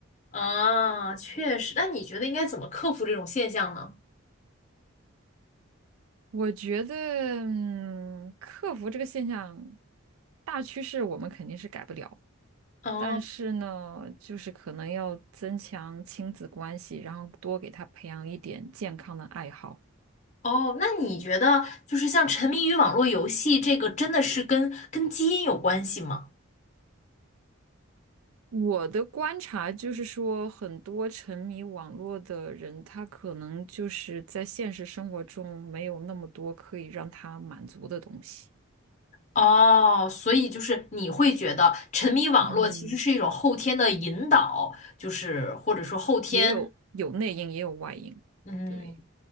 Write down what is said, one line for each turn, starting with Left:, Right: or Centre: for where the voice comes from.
Left: 啊，确实。那你觉得应该怎么克服这种现象呢？
Right: 我觉得，嗯，克服这个现象，大趋势我们肯定是改不了，
Left: 哦
Right: 但是呢，就是可能要增强亲子关系，然后多给他培养一点健康的爱好。
Left: 哦，那你觉得就是像沉迷于网络游戏这个，
Right: 嗯
Left: 真的是跟跟基因有关系吗？
Right: 我的观察就是说，很多沉迷网络的人，他可能就是在现实生活中没有那么多可以让他满足的东西。
Left: 哦，所以就是你会觉得沉迷网络其实是一种后天的引导，
Right: 嗯，
Left: 就是或者说后天。
Right: 也有有内因，也有外因。
Left: 嗯，
Right: 对，